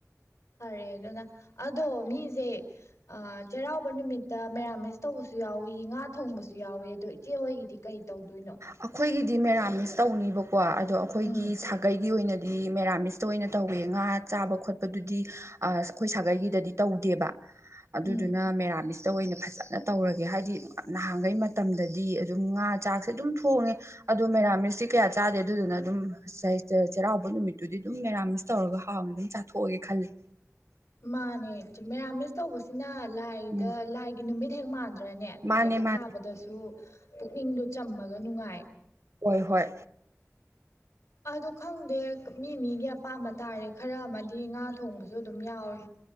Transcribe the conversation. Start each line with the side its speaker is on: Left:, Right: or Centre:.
Left: ꯐꯔꯦ ꯑꯗꯨꯅ ꯑꯗꯣ ꯃꯤꯁꯦ ꯆꯩꯔꯥꯎꯕ ꯅꯨꯃꯤꯠꯇ ꯃꯦꯔꯥꯃꯤꯁ ꯇꯧꯕꯁꯨ ꯌꯥꯎꯋꯤ ꯉꯥ ꯊꯣꯡꯕꯁꯨ ꯌꯥꯎꯋꯤ ꯑꯗꯣ ꯏꯆꯦꯍꯣꯏꯒꯤꯗꯤ ꯀꯩ ꯇꯧꯗꯣꯏꯅꯣ
Right: ꯑꯩꯈꯣꯏꯒꯤꯗꯤ ꯃꯦꯔꯥꯃꯤꯁ ꯇꯧꯅꯤꯕꯀꯣ ꯀꯣ ꯑꯗꯣ ꯑꯩꯈꯣꯏꯒꯤ
Left: ꯎꯝ
Right: ꯁꯥꯒꯩꯒꯤ ꯑꯣꯏꯅꯗꯤ ꯍꯥꯏꯗꯤ ꯃꯦꯔꯥꯃꯤꯁꯇ ꯑꯣꯏꯅ ꯇꯧꯋꯦ ꯉꯥ ꯆꯥꯕ ꯈꯣꯠꯄꯗꯨꯗꯤ ꯑꯩꯈꯣꯏ ꯁꯥꯒꯩꯒꯤꯗꯗꯤ ꯇꯧꯗꯦꯕ ꯑꯗꯨꯗꯨꯅ
Left: ꯎꯝ
Right: ꯃꯦꯔꯥꯃꯤꯁ ꯇ ꯑꯣꯏꯅ ꯐꯖꯅ ꯇꯧꯔꯒꯦ ꯍꯥꯏꯗꯤ ꯅꯍꯥꯟꯈꯩ ꯃꯇꯝꯗꯗꯤ ꯑꯗꯨꯝ ꯉꯥ ꯆꯥꯛꯁꯦ ꯑꯗꯨꯝ ꯊꯣꯡꯉꯦ ꯑꯗꯣ ꯃꯦꯔꯥꯃꯤꯁꯇꯤ ꯀꯌꯥ ꯆꯥꯗꯦ ꯑꯗꯨꯗꯨꯅ ꯑꯗꯨꯝ ꯉꯁꯥꯏ ꯆꯩꯔꯥꯎꯕ ꯅꯨꯃꯤꯠꯇꯨꯗꯤ ꯑꯗꯨꯝ ꯃꯦꯔꯥꯃꯤꯁ ꯇꯧꯔꯒ ꯍꯥꯎꯅ ꯑꯗꯨꯝ ꯆꯥꯊꯣꯛꯑꯒꯦ ꯈꯜꯂꯤꯦ
Left: ꯃꯥꯅꯦ ꯃꯌꯥꯝꯃꯦꯁ ꯇꯧꯕꯁꯤꯅ ꯂꯥꯏꯗ
Right: ꯎꯝ
Left: ꯂꯥꯏꯒꯤ ꯅꯨꯃꯤꯠ ꯍꯦꯛ ꯃꯥꯟꯗ꯭ꯔꯅꯦ
Right: ꯃꯥꯅꯦ
Left: ꯂꯥꯏꯗ
Right: ꯃꯥꯅꯦ
Left: ꯊꯥꯕꯗꯁꯨ ꯄꯨꯛꯅꯤꯡꯗꯣ ꯆꯝꯃꯒ ꯅꯨꯡꯉꯥꯏ
Right: ꯍꯣꯏ ꯍꯣꯏ
Left: ꯑ ꯈꯪꯗꯦ ꯃꯤ ꯃꯤꯒꯤ ꯑꯄꯥꯝꯕ ꯇꯥꯔꯦ ꯈꯔ ꯑꯃꯗꯤ ꯉꯥ ꯊꯣꯡꯕꯁꯨ ꯑꯗꯨꯝ ꯌꯥꯎꯏ